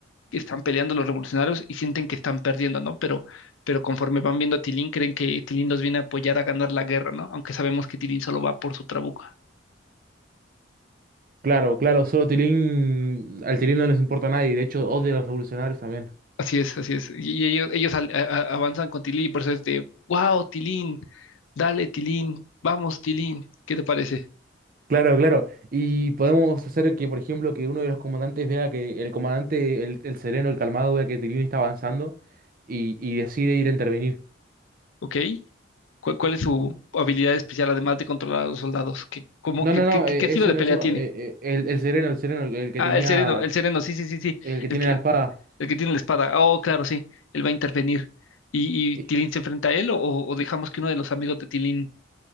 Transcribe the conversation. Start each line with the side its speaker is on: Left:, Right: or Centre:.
Left: que están peleando los revolucionarios y sienten que están perdiendo, ¿no? Pero, pero conforme van viendo a Tilín, creen que Tilín los viene a apoyar a ganar la guerra, ¿no? Aunque sabemos que Tilín solo va por su trabuco.
Right: Claro, claro, solo Tilín, al Tilín no les importa a nadie, de hecho, odia a los revolucionarios también.
Left: Así es, así es. Y, y ellos, ellos al- a- a- avanzan con Tilín y por eso es de, wow, Tilín, dale, Tilín, vamos, Tilín, ¿qué te parece?
Right: Claro, claro. Y podemos hacer que, por ejemplo, que uno de los comandantes vea que el comandante, el, el sereno, el calmado, vea que Tilín está avanzando y, y decide ir a intervenir.
Left: ¿Ok? ¿Cuál, cuál es su habilidad especial, además de controlar a los soldados? ¿Qué, cómo,
Right: No,
Left: qué,
Right: no,
Left: qué,
Right: no,
Left: qué-
Right: eh,
Left: qué estilo
Right: ese
Left: de
Right: no,
Left: pelea
Right: eso no.
Left: tiene?
Right: eh, eh, el, el sereno, el sereno, el, que
Left: Ah,
Right: tenía,
Left: el sereno, el sereno, sí, sí, sí, sí.
Right: el que
Left: El
Right: tiene
Left: que,
Right: la espada.
Left: El que tiene la espada. Oh, claro, sí. Él va a intervenir. ¿Y, y
Right: Y,
Left: Tilín se enfrenta a él o, o dejamos que uno de los amigos de Tilín,